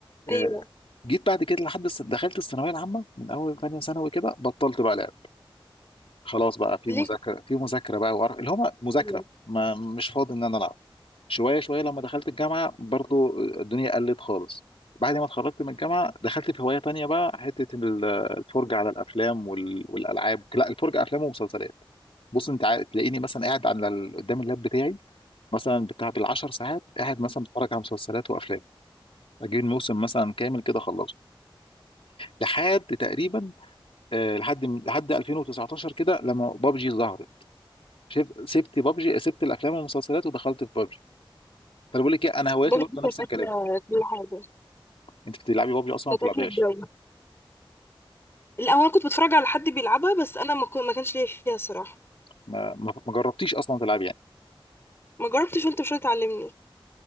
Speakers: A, on the left; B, on the left.
A: آه،
B: ايوه
A: جيت بعد كده لحد الس- دخلت الثانويه العامه من اول ثانيه ثانوي كده بطلت بقى لعب. خلاص بقى في
B: ليه
A: مذاكره في مذاكره بقى وقرف اللي هو مذاكره
B: ايوه
A: ما مش فاضي ان انا العب شويه شويه لما دخلت الجامعه برضو الدنيا قلت خالص بعد ما اتخرجت من الجامعه دخلت في هوايه تانية بقى حته ال- الفرجه على الافلام وال- والالعاب لا الفرجه افلام ومسلسلات بص انت عا- تلاقيني مثلا قاعد على ال- قدام اللاب بتاعي مثلا بتاع بالعشر ساعات قاعد مثلا بتفرج على مسلسلات وافلام اجيب الموسم مثلا كامل كده اخلصه لحد تقريبا آه، لحد لحد 2019 كده لما بابجي ظهرت شف... سبت بابجي سبت الافلام والمسلسلات ودخلت في بابجي فانا بقول لك ايه انا هوايتي
B: بابا
A: برضه
B: دي كانت
A: نفس الكلام
B: اكله كل حاجه
A: انت بتلعبي بابجي اصلا
B: كانت
A: ما بتلعبيهاش
B: اكله الجو لا هو انا كنت بتفرج على حد بيلعبها بس انا ما كنت ما كانش ليا فيها الصراحه
A: ما, ما ما جربتيش اصلا تلعبي يعني
B: ما جربتش وانت مش هتعلمني